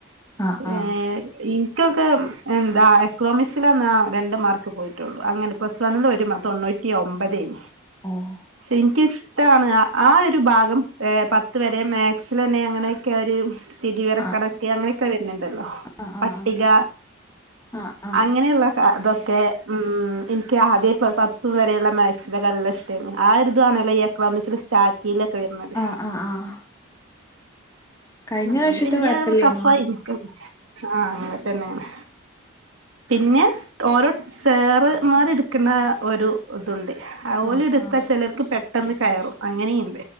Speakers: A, on the left; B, on the right.
A: ആഹ് ആഹ്
B: ഏഹ് ഇ ക്കൊക്കെ എന്താ എക്കണോമിസ്സ്ലാന്നാ രണ്ട് മാർക്ക് പോയിട്ടൊള്ളൂ അങ്ങനെ പ്ലസ് വണ്ണ്ല് ഒര് മാ തൊണ്ണൂ റ്റി ഒമ്പതേനി
A: ഓഹ്
B: പക്ഷെ ഇൻക്ക് ഇഷ്ടമാണ് ആ ഒരു ഭാഗം ഏഹ് പത്ത് വെരെ മാക്സലന്നെ അങ്ങനൊക്കെ ഒര് സ്ഥതിവിവരകണക്ക്
A: ആഹ്
B: അങ്ങനൊക്കെ വെര്ണ് ണ്ടല്ലോ
A: ആഹ്
B: പട്ടിക
A: ആഹ് ആഹ് ആഹ്
B: ഇങ്ങനെള്ള അതൊക്കെ ഉം ഇൻക്ക് ആദ്യേ പത്ത് വരേള്ള മാക്സിന്റൊക്കെ നല്ല ഇ ഷ്ട്ടേന്നു ആ ഒര്താണല്ലോ എക്കണോമിസില് സ്റ്റാർട്ടീല് ഒക്കെ വെര്ന്നത്
A: ആഹ് ആഹ് ആഹ് കഴിഞ്ഞ
B: അതോണ്ട്
A: പ്രാവശ്യത്തെ
B: വെല്യാ
A: കൊഴപ്പില്ലേനു
B: ടെ ടെഫായിരിക്കും ആഹ് അങ്ങനെ തന്നേണ് പിന്നെ ഓരോ സേറ്മാര് ഇട്ക്ക്ന്നെ ഒരു ഇതുണ്ട് അ ഓല്
A: ആഹ്
B: ഇട്ത്ത
A: ആഹ്
B: ചെലര്ക്ക് പെട്ടെന്ന് കയറും അങ്ങനീണ്ട്